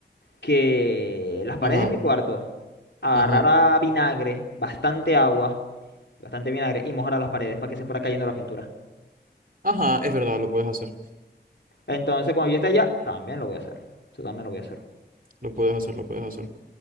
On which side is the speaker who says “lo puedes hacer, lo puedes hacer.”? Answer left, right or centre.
Right